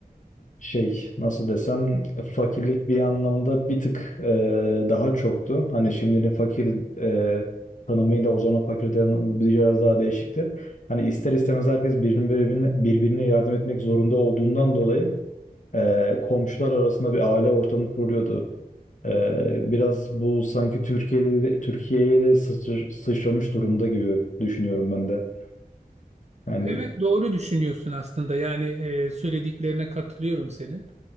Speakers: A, on the left; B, on the right.
A: şey nasıl desem fakirlik bir anlamda bir tık eee, daha çoktu. Hani şimdinin fakir eee, tanımıyla o zaman fakir tanımı biraz daha değişikti. Hani ister istemez herkes birbirine, birbirine, birbirine yardım etmek zorunda olduğundan dolayı eee, komşular arasında bir aile ortamı kuruluyordu. Ee, biraz bu sanki Türkiye'de Türkiye'ye de sıçr- sıçramış durumda gibi düşünüyorum ben de. Yani
B: Evet doğru düşünüyorsun aslında yani e, söylediklerine katılıyorum senin.